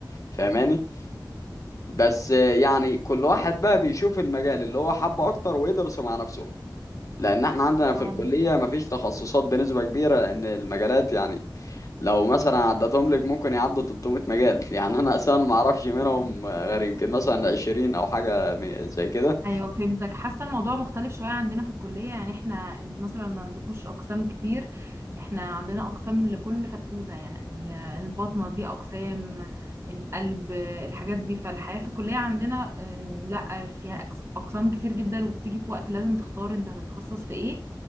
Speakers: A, on the left; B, on the right.
A: فاهماني بس يعني كل واحد بقى بيشوف المجال اللي هو حبه أكتر ويدرسه مع نفسه لأن احنا عندنا
B: آه،
A: في الكلية مفيش تخصصات بنسبة كبيرة لأن المجالات يعني لو مثلا عدتهم لك ممكن يعدوا 300 مجال يعني انا اصلا ما اعرفش منهم غير يمكن مثلا 20 او حاجه م- زي كده
B: ايوه فهمتك حاسه الموضوع مختلف شويه عندنا في الكليه يعني احنا انتوا مثلا ما عندكوش اقسام كتير احنا عندنا اقسام لكل فتفوته يعني البطنه دي اقسام القلب الحاجات دي فالحياه في الكليه عندنا أم، لا فيها أقس- اقسام كتير جدا وبتيجي في وقت لازم تختار انت هتتخصص في ايه